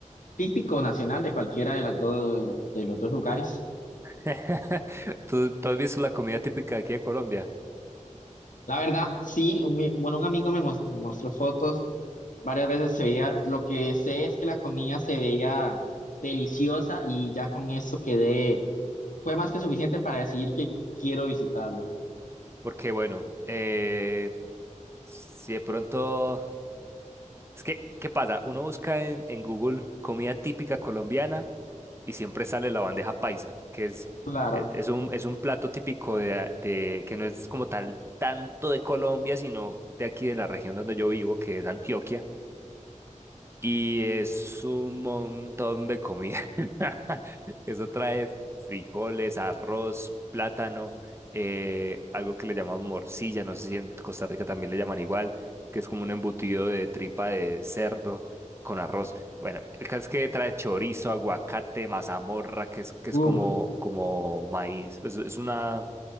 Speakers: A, on the left; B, on the right.
A: típico nacional de cualquiera de las dos, de los dos lugares.
B: <laughs> ¿Tú, tú has visto la comida típica de aquí de Colombia?
A: La verdad, sí, un, mi- bueno, un amigo me, mos- me mostró fotos Varias veces se veía, lo que sé es que la comida se veía deliciosa y ya con eso quedé, fue más que suficiente para decidir que quiero visitarlo.
B: Porque bueno, eh, si de pronto, es que, ¿qué pasa? Uno busca en, en Google comida típica colombiana y siempre sale la bandeja paisa, que es,
A: Claro,
B: e- es un, es un plato típico de, de- que no es como tal tanto de Colombia, sino de aquí de la región donde yo vivo, que es Antioquia. Y es un montón de comida. <laughs> Eso trae frijoles, arroz, plátano, eh, algo que le llamamos morcilla, no sé si en Costa Rica también le llaman igual, que es como un embutido de tripa de cerdo con arroz. Bueno, el caso es que trae chorizo, aguacate, mazamorra, que es, que es
A: uff,
B: como, como maíz. Pues es una,